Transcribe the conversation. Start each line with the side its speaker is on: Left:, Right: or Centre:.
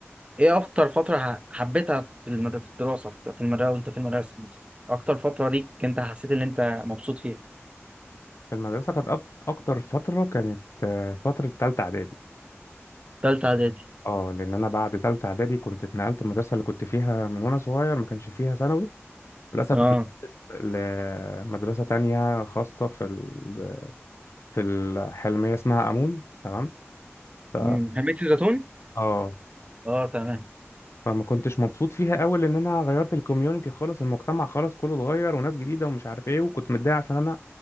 Right: ايه اكتر فترة ح- حبيتها في المد... في الدراسة في في المدرسة وانت في المدرسة مثلا اكتر فترة ليك انت حسيت ان انت مبسوط فيها
Left: في المدرسه كانت أك- اكتر فتره كانت آه، فتره ثالثه اعدادي
Right: تالتة اعدادي
Left: اه لان انا بعد تالتة اعدادي كنت اتنقلت المدرسه اللي كنت فيها من وانا صغير ما كانش فيها ثانوي للاسف
Right: اه
Left: اتنقلت لمدرسه تانية خاصه في ال... في الحلميه اسمها امون تمام ف...
Right: امم حميت الزيتون
Left: اه
Right: اه تمام
Left: فما كنتش مبسوط فيها قوي لان انا غيرت الكوميونتي خالص المجتمع خالص كله اتغير وناس جديده ومش عارف ايه وكنت متضايق عشان انا